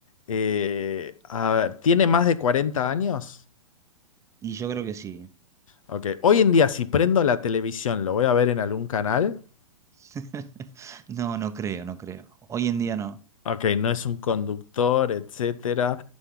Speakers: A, on the left (about 70°); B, on the right (about 15°).
A: Eh, a ver, ¿tiene más de 40 años?
B: Y yo creo que sí.
A: Ok, hoy en día si prendo la televisión, ¿lo voy a ver en algún canal?
B: <laughs> No, no creo, no creo. Hoy en día no.
A: Ok, no es un conductor, etcétera.